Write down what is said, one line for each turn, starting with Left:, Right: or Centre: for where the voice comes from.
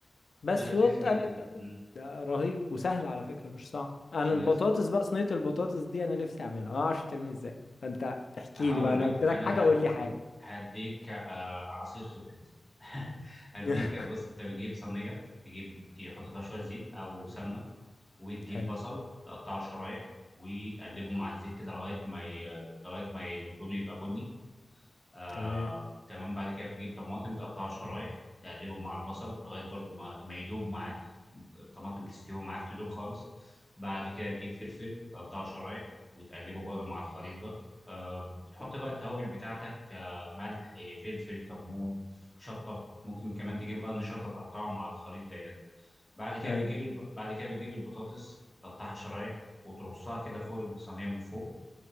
Left: بس
Centre: ده لذيذ
Left: وتقلب
Centre: جدا
Left: تقلب
Centre: امم
Left: ده رهيب وسهل على فكرة مش صعب أنا
Centre: لذيذ
Left: البطاطس بقى صينية البطاطس دي أنا نفسي أعملها أنا معرفش تعمل إيه إزاي فأنت احكي
Centre: هقول
Left: لي بقى أنا
Centre: لك
Left: قلت لك
Centre: انا
Left: حاجة قول
Centre: هد...
Left: لي حاجة
Centre: هديك آه عصير خبرتي <laughs> هديك
Left: <laughs>
Centre: بص انت بتجيب صينيه تجيب تحط فيها شويه زيت او سمنه وتجيب
Left: حلو
Centre: بصل تقطعه شرايح وتقلبه مع الزيت كده لغايه ما ي... لغايه ما ي- لونه يبقى بني آه
Left: تمام
Centre: تمام بعد كده بتجيب طماطم تقطعها شرايح تقلبه مع البصل لغايه برضو ما, ما يدوب معاك الطماطم تستوي معاك تدوب خالص بعد كده تجيب فلفل تقطعه شرايح وتقلبه برضو مع الخليط ده آه بتحط بقى التوابل بتاعتك آه ملح فلفل كمون شطه ممكن كمان تجيب قرن شطه تقطعه مع الخليط ده يعني بعد كده
Left: أيوه
Centre: بتجيب الب... بعد كده بتجيب البطاطس تقطعها شرايح وترصها كده فوق الصينيه من فوق